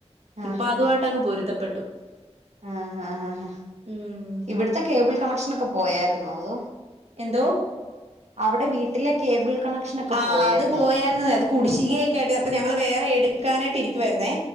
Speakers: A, on the right; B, on the right.
A: ആഹ്
B: ഇപ്പൊ അതുവായിട്ടങ്ങ് പൊരുത്തപ്പെട്ടു
A: ആഹ് ആഹ് ആഹ്
B: ഉം
A: ഇവിടുത്തെ കേബിൾ കണക്ഷൻ ഒക്കെ പോയായിരുന്നോ അതോ
B: എന്തോ
A: അവിടെ വീട്ടിലെ കേബിൾ കണക്ഷൻ ഒക്കെ
B: ആഹ്
A: പോയായിരുന്നോ
B: അത് പോയാരുനന്നെ അത് കുടിശ്ശികെക്കായ്ട്ട് ഞങ്ങള് വേറെ എട്- ക്കാനായിട്ട് ഇരിക്കുവാരുന്നെ